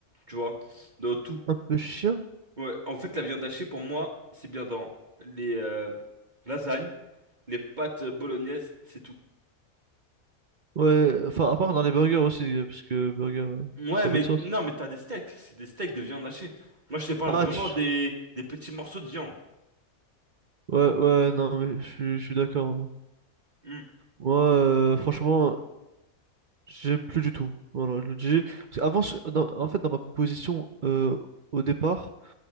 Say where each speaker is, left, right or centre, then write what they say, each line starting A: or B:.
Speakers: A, on the right; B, on the right.
A: tu vois, dans tout.
B: Un peu chien?
A: Ouais, en fait, la viande hachée, pour moi, c'est bien dans les euh, lasagnes, les pâtes bolognaises, c'est tout.
B: Ouais, enfin, à part dans les burgers aussi, parce que burger, euh,
A: Ouais,
B: ça
A: mais
B: va de sauce.
A: non, mais t'as des steaks, c'est des steaks de viande hachée. Moi, je te parle
B: Ah,
A: vraiment
B: tu...
A: des, des petits morceaux de viande.
B: ouais, ouais, non, mais je suis je suis d'accord. hein.
A: Hmm,
B: Moi, euh, franchement, j'aime plus du tout. Voilà, je le dis. Parce qu'avant, je- dans- en fait, dans ma composition, euh, au départ,